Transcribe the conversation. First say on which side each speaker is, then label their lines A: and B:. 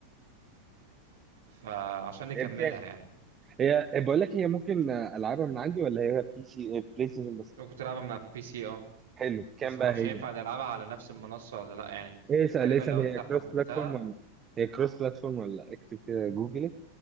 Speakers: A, on the right (about 60°); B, on the right (about 20°).
A: فعشان نكملها
B: هي بكام؟
A: يعني
B: هي هي بقول لك هي ممكن آه، العبها من عندي ولا هي بي سي آه، بلاي ستيشن بس
A: ممكن تلعبها من على البي سي اه
B: حلو بكام
A: بس
B: بقى
A: ما اعرفش
B: هي؟
A: ينفع نلعبها على نفس المنصة ولا لا يعني
B: ايه اسال
A: تقريبا
B: اسال
A: لو
B: هي
A: انت حملتها
B: كروس بلاتفورم ولا هي كروس بلاتفورم ولا لأ؟ اكتب كده جوجل